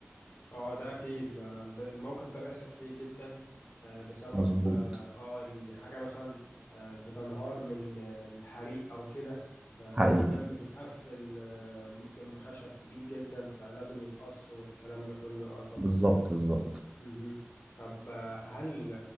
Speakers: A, on the left; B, on the right.
A: اه ده اكيد لا- ب- الموقف ده بيحصل كتير جدا آه، بسبب
B: مظبوط
A: اه آه، ان حاجه مثلا آه، بتنهار من آه، الحريق او كده فالبيبان
B: حقيقي
A: بتتقفل آه، ممكن بخشب تقيل جدا فلازم يتقص والكلام ده كله اه طبعا
B: بالظبط بالظبط
A: مهم. طب آه، هل